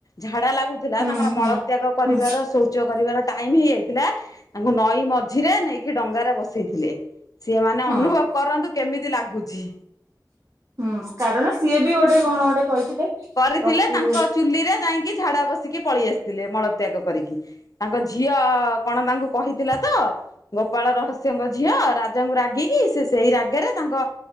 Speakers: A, on the left; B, on the right.
A: ଝାଡା ଲା ଗୁଥୁଲା
B: ହୁଁ
A: ତାଙ୍କର ମଳ
B: ହୁଁ
A: ତ୍ୟାଗ କରିବାର
B: ହୁଁ
A: ଶୌଚ କରିବାର ଟାଇମ ହେଇଯାଇଥିଲା ତାଙ୍କୁ ନଈ ମଝିରେ ନେଇକି ଡଙ୍ଗାରେ ବସେଇଥିଲେ ସିଏ ମାନେ
B: ହଁ
A: ଅନୁଭବ କରନ୍ତୁ କେମିତି ଲାଗୁଚି।
B: ହୁଁ କାରଣ ସିଏ ବି ଗୋଟେ କଣ ଗୋଟେ କହିଥିଲେ।
A: କରିଥିଲେ
B: ପ୍ରକୁ
A: ତାଙ୍କ ଚୁଲିରେ ଯାଇଁକି ଝାଡା ବସିକି ପଳି ଆସିଥିଲେ ମଳତ୍ୟାଗ କରିକି। ତାଙ୍କ ଝିଅ କଣ ତାଙ୍କୁ କହିଥିଲା ତ ଗୋପାଳ ରହସ୍ୟଙ୍କ ଝିଅ ରାଜାଙ୍କୁ ରାଗିକି ସେ ସେଇ ରାଗେରେ ତାଙ୍କ